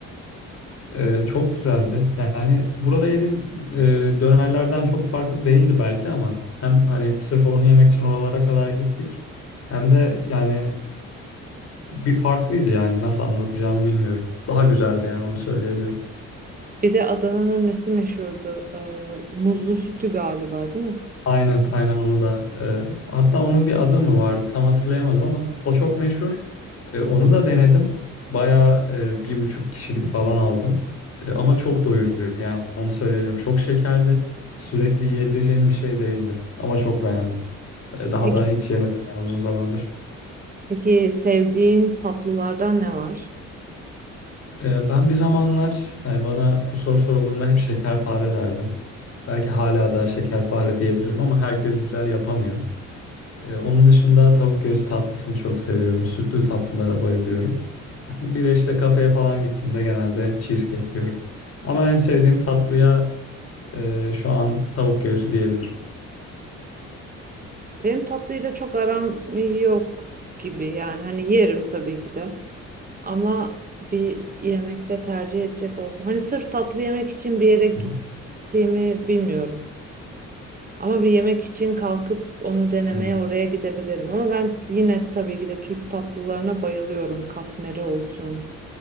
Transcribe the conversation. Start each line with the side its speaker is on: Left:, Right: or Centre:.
Left: Ee, çok güzeldi. Yani burada yediğim e, dönerlerden çok farklı değildi belki ama hem hani sırf onu yemek için oralara kadar gittik hem de yani bir farklıydı yani nasıl anlatacağımı bilmiyorum. Daha güzeldi yani onu söyleyebilirim.
Right: Bir de Adana'nın nesi meşhurdu? Ee, muzlu sütü galiba, değil mi?
Left: Aynen, aynen onu da. e, hatta onun bir adı mı vardı tam hatırlayamadım ama o çok meşhur. E, onu da denedim. Bayağı e, bir buçuk kişilik falan aldım. E, ama çok doyuruyor yani onu söyleyebilirim. Çok şekerli, sürekli yiyebileceğim bir şey değildi. Ama çok beğendim. E, daha
Right: Peki,
Left: da hiç yemedim yani uzun zamandır.
Right: peki sevdiğin tatlılardan ne var?
Left: E, ben bir zamanlar hani bana bu soru sorulduğunda hep şekerpare derdim. Belki hala da şekerpare diyebilirim ama herkes güzel yapamıyor. Ee, onun dışında tavuk göğsü tatlısını çok seviyorum. Sütlü tatlılara bayılıyorum. <laughs> Bir de işte kafeye falan gittiğimde genelde cheesecake yiyorum. Ama en sevdiğim tatlıya e, şu an tavuk göğsü diyebilirim.
Right: Benim tatlıyla çok aram yok gibi. Yani hani yerim tabii ki de. Ama bir yemekte tercih edecek olsam. Hani sırf tatlı yemek için bir yere gittiğimi
Left: Hı
Right: bilmiyorum. Ama bir yemek için kalkıp onu denemeye
Left: hı.
Right: oraya gidebilirim. Ama ben yine tabii ki de Türk tatlılarına bayılıyorum. Katmeri olsun.